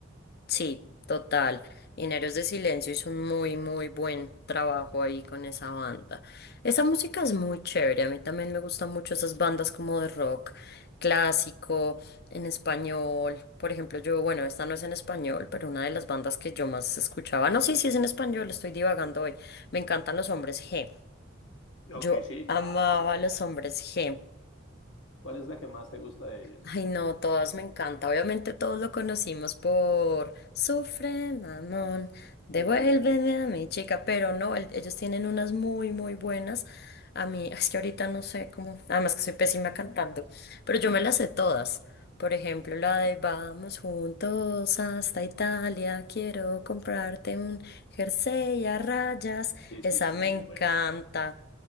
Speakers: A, on the left; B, on the left.
A: Sí, total. Mineros de Silencio hizo un muy, muy buen trabajo ahí con esa banda. Esa música es muy chévere. A mí también me gustan mucho esas bandas como de rock clásico, en español. Por ejemplo, yo, bueno, esta no es en español, pero una de las bandas que yo más escuchaba. No, sí, sí es en español, estoy divagando hoy. Me encantan los hombres G. Yo
B: Ok, sí,
A: amaba
B: claro.
A: a los hombres G.
B: ¿Cuál es la que más te gusta de ellos?
A: Ay, no, todas me encanta. Obviamente todos lo conocimos por Sufre, mamón, devuélveme
B: Ujú.
A: a mi chica, pero no, el- ellos tienen unas muy, muy buenas. A mí, es que ahorita no sé cómo, además que soy pésima cantando, pero yo me las sé todas. Por ejemplo, la de Vamos juntos hasta Italia, quiero comprarte un jersey a rayas.
B: Sí,
A: Esa
B: sí, sí,
A: me encanta.
B: es buena.